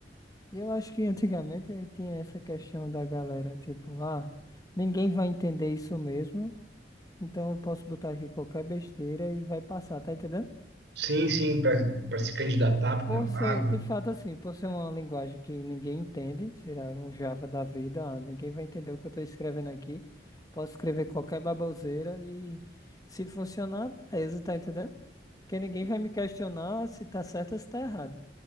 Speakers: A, on the left; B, on the right.
A: E eu acho que antigamente eh, tinha essa questão da galera, tipo, ah, ninguém vai entender isso mesmo, então eu posso botar aqui qualquer besteira e vai passar, tá entendendo?
B: Sim, sim, para para se candidatar para
A: Por
B: uma vaga.
A: ser, de fato, assim, por ser uma linguagem que ninguém entende, será um Java da vida, ah, ninguém vai entender o que eu estou escrevendo aqui, posso escrever qualquer baboseira e se funcionar, beleza, tá entendendo? Porque ninguém vai me questionar se tá certo ou se tá errado.